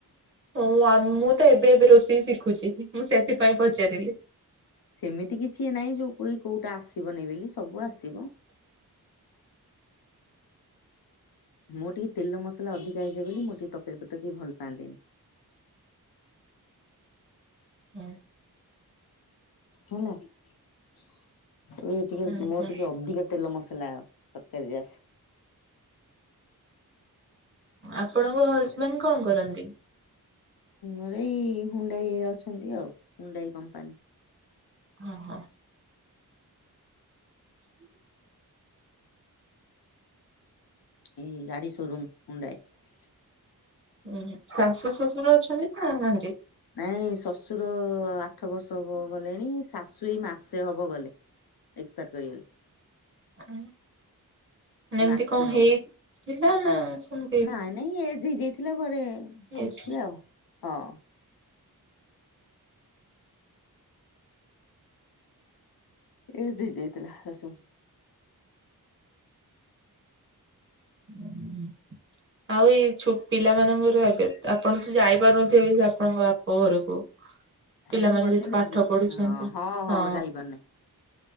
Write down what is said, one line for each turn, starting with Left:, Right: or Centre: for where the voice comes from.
Right: ହଉ ମୁଁ ତ ଏବେ ଏବେ ରୋଷେଇ ଶିଖୁଛି ମୁଁ ସେଥିପାଇଁ ପଚାରିଲି।
Left: ସେମିତି କିଛି ନାହିଁ ଯୋଉ କୋଉଟା ଆସିବନି ବୋଲି ସବୁ ଆସିବ। ମୋ ଟିକେ ତେଲ ମସଲା ଅଧିକା ହେଇଯାଏ ବୋଲି ମୁଁ ଟିକେ ତରକାରୀ ପତ୍ର ଟିକେ ଭଲ ପାଆନ୍ତିନି।
Right: ହୁଁ।
Left: ହେଲା ମୁଁ ଟିକେ
Right: ଆଚ୍ଛା
Left: ମୋ ଟିକେ ଅଧିକ ତେଲ ମସଲା ଆଉ ତରକାରୀ ଆସେ।
Right: ଆପଣଙ୍କ ହଜବେଣ୍ଡ୍ କଣ କରନ୍ତି?
Left: ହଁ ଏଇ ହୁଣ୍ଡାଇ ଅଛନ୍ତି ଆଉ ହୁଣ୍ଡାଇ କମ୍ପାନୀ।
Right: ହଁ ହଁ। ଚି
Left: ଏଇ ଗାଡି ସୋରୁୁମ୍ ହୁଣ୍ଡା ଏସି
Right: ହୁଁ ଶାଶୁ ଶଶୁର ଅଛନ୍ତି ନାଁ ନାହାନ୍ତି।
Left: ନାଇଁ ଶଶୁର ଆଠ ବର୍ଷ ହବ ଗଲେଣି ଶାଶୁ ଏଇ ମାସେ ହବ ଗଲେ। ଏକ୍ସପାର୍ଟ କରିଗଲେ।
Right: ମାନେ ଏମତି
Left: ମାସେ
Right: କଣ
Left: ହବ
Right: ହେଇଥିଲା ନାଁ ସେମ୍
Left: ନାଇଁ ନାଇଁ ଏଜେ ହେଇଯାଇଥିଲା ଘରେ ପଢିଥିଲେ
Right: ଏଜ୍
Left: ଆଉ ହଁ। ଏଜ୍ ହେଇଯାଇଥିଲା ଶାଶୁ।
Right: ହୁଁ। ଆଉ ଏଇ ଛୁ ପିଲାମାନଙ୍କର ଏବେ ଆପଣ ତ ଯାଇପାରୁ ନଥିବେ ସେ ଆପଣଙ୍କ ବାପ ଘରକୁ। ପିଲାମାନେ
Left: ମୁଁ ଗଲେ
Right: ଯଦି
Left: ନେଇକି
Right: ପାଠ
Left: ଯେ
Right: ପଢୁଛନ୍ତି
Left: ହଁ
Right: ହଁ।
Left: ଯାଇପାରୁନି